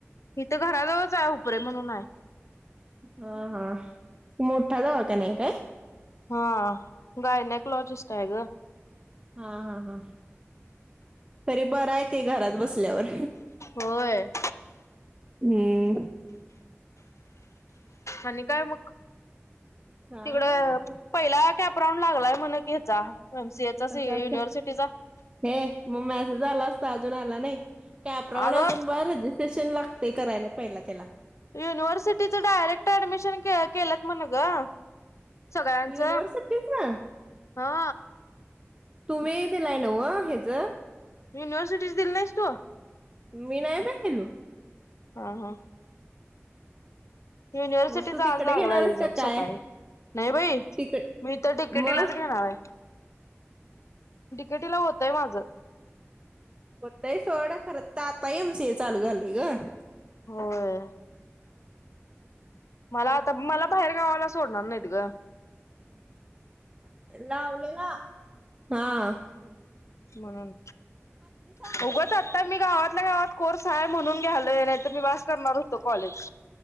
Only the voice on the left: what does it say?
ही इथं घराजवळच आहे हुपरे म्हणून हाय.
हा गायनॅकॉलॉजिस्ट हाय ग.
होय.
आणि काय मग?
तिकडं
पहिला क प्रॉन लागलाय म्हण कि ह्याचा. एम सी ए चा
युनिव्हर्सिटीचा.
अगं
युनिव्हर्सिटीच डायरेक्ट ऍडमिशन केलंत म्हण ग. सगळ्यांच
हा.
युनिव्हर्सिटीचं दिली आहेस तू?
हा हा. युनिव्हर्सिटीचा
आज लागलाय
रिझल्ट
सकाळी.
नाही बाई
मी त डिकेटीलाच
घेणार आहे. डिकेटीला होतंय माझं.
होय. मला आता, मला बाहेर गावाला सोडणार नाहीत गं
म्हणून.
उगच
आता मी गावात आपल्या गावात कोर्स आहे, म्हणून घ्यायलोय नाहीतर मी बास करणार होतो कॉलेज.